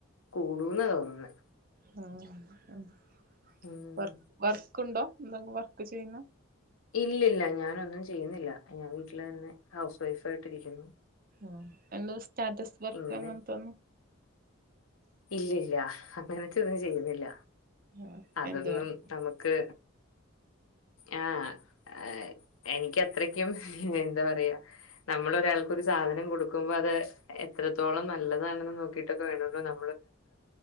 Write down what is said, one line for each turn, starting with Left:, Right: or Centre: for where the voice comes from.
Left: കൂടൂന്നാ തോന്നുന്നേ
Right: <unintelligible>
Left: ഉം.
Right: വർക്ക്ണ്ടോ എന്തെ വർക്ക് ചെയ്യുന്നോ?
Left: ഇല്ലില്ല ഞാനൊന്നും ചെയ്യുന്നില്ല ഞാൻ വീട്ടിൽ തന്നെ ഹൗസ് വൈഫ ആയിട്ടിരിക്കുന്നു
Right: ആ എന്തോ സ്റ്റാറ്റസ് വർക്ക്
Left: ഇങ്ങനെ
Right: അങ്ങനത്തോന്നും
Left: ഇല്ലില്ല അങ്ങനത്തെ ഒന്നും ചെയ്യുന്നില്ല
Right: ആഹ്
Left: അതൊന്നും
Right: എന്ത് വർക്ക്
Left: നമുക്ക് -ആഹ <unintelligible> എനിക്ക് അത്രയ്ക്കും എന്താ പറയാ നമ്മൾ ഒരാൾക്ക് ഒരു സാധനം കൊടുക്കുമ്പോ അത് എത്രത്തോളം നല്ലതാണെന്ന് നോക്കിട്ടൊക്കെ വേണള്ളൂ ന